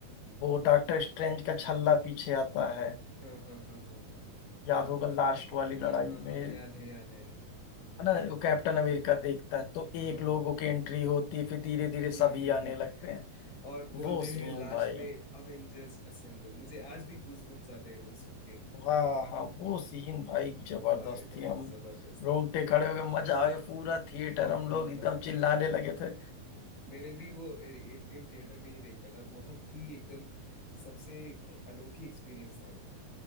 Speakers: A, on the left (about 70°); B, on the left (about 30°).
A: वो डॉक्टर स्ट्रेंज का छल्ला पीछे आता है
B: हाँ हाँ हाँ हाँ हाँ हाँ
A: याद होगा लास्ट वाली
B: हाँ
A: लड़ाई
B: हाँ हाँ हाँ,
A: में
B: याद है याद है याद है
A: है ना वो कैप्टन अमेरिका देखता है तो एक
B: हाँ हाँ
A: लोगों की एंट्री होती है फिर धीरे धीरे सभी
B: हम्म हम्म
A: आने
B: हम्म
A: लगते हैं
B: और बोलते
A: वो
B: हैं
A: सीन
B: लास्ट
A: भाई
B: में अवेंजर्स असेंबल मुझे आज भी गूजबम्स आते हैं वो सुन के
A: वाह हाँ वो सीन भाई जबरदस्त
B: बाय बाय
A: थी हम
B: जबरदस्ती
A: रोंगटे खड़े हो गए मजा आ गया पूरा थिएटर
B: बहुत
A: हम
B: बहुत
A: लोग एकदम
B: मजा आया
A: चिल्लाने लगे थे
B: मैंने भी वो एंड गेम थिएटर में ही देखा था बहुत ही एकदम सबसे अनोखी एक्सपीरियंस था वो